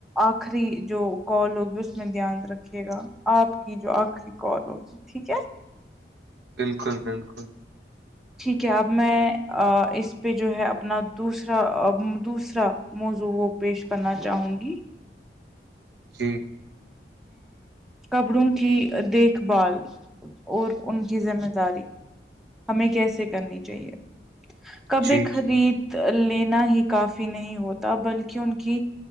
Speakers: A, in the centre; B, on the right.
A: آخری جو کال ہوگی اس میں دھیان رکھھیے گا آپ کی جو آخری کی کال ہوگی ٹھیک ہے
B: بالکل بالکل
A: ٹھیک ہے اب میں اس پہ جو ہے اپنا دوسرا دوسرا موضوع وہ پیش کرنا چاہوں گی
B: جی
A: کپڑوں کی دیکھ بھال اور ان کی ذمہ داری ہمیں کیسے کرنی چاہیے کپڑے
B: جی
A: خرید
B: جی
A: لینا ہی کافی نہیں ہوتا بلکہ ان کی